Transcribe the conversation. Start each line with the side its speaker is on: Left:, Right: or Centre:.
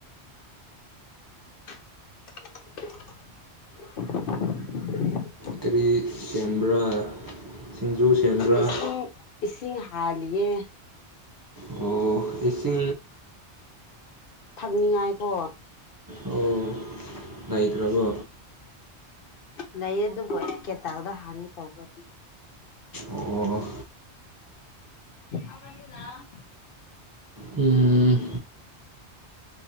Left: <unintelligible>
Right: ꯀꯔꯤ ꯁꯦꯝꯕ꯭ꯔꯥ ꯁꯤꯡꯖꯨ ꯁꯦꯝꯕ꯭ꯔꯥ
Left: ꯏꯁꯤꯡ ꯏꯁꯤꯡ ꯍꯥꯜꯂꯤꯌꯦ
Right: ꯍꯣ ꯏꯆꯦ
Left: ꯊꯛꯅꯤꯡꯉꯥꯏꯀꯣ
Right: ꯑꯣ ꯂꯩꯇ꯭ꯔꯕꯣ
Left: ꯂꯩꯌꯦ ꯑꯗꯨꯕꯨ ꯑꯩ ꯀꯦꯇꯜꯗ ꯍꯥꯟꯒꯦ ꯇꯧꯕꯅꯤ
Right: ꯑꯣ
Left: ꯑꯗꯨꯅ <unintelligible> <unintelligible>
Right: ꯎꯝ